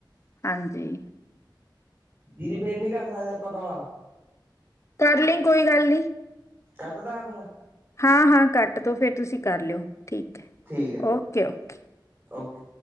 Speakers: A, on the left; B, on the right.
A: ਹਾਂਜੀ
B: ਦੀਦੀ ਫੇਰ ਨੀ ਕਰ ਸਕਦੇ, ਆਪਾਂ ਕੌਲ?
A: ਕਰ ਲਈਂ, ਕੋਈ ਗੱਲ ਨਹੀਂ।
B: ਕੱਟਦਾ ਤੁੰ?
A: ਹਾਂ-ਹਾਂ ਕੱਟਦੋ, ਫਿਰ ਤੁਸੀਂ ਕਰ ਲਿਓ ਠੀਕ ਹੈ।
B: ਠੀਕ ਹੈ
A: ਓਕੇ-ਓਕੇ।
B: ਓਕੇ।